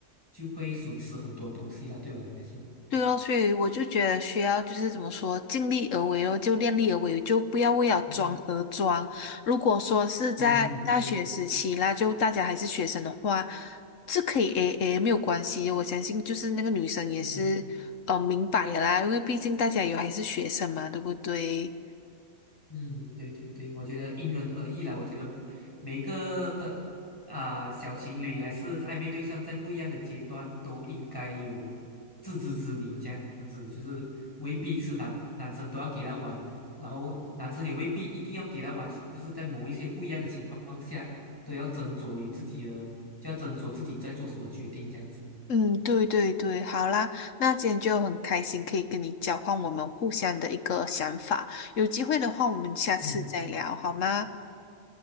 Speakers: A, on the left; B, on the left.
A: 就会损失很多东西啦。对我来说，
B: 对哦，所以我就觉得需要就是怎么说，尽力而为哦，就量力而为，就不要为了装而装。
A: 嗯
B: 如果说是在大学时期啦，
A: 嗯嗯，对，
B: 就大家还是学生的话，是可以 AA 没有关系的我相信就是那个女生也是呃明白的啦，
A: 嗯。
B: 因为毕竟大家有还是学生嘛，对不对？
A: 嗯，对对对，我觉得因人而异啦。我觉得每个啊、小情侣还是暧昧对象，在不一样的阶段都应该有自知之明，这样子就是未必是男男生都要给他玩，然后男生也未必一定要给他玩，就是在某一些不一样的情况下，都要斟酌于自己的，就要斟酌自己在做什么决定，这样子。
B: 嗯，对对对，好啦，那今天就很开心可以跟你交换我们互相的一个想法，有机会的话我们下次再聊好吗？
A: 嗯，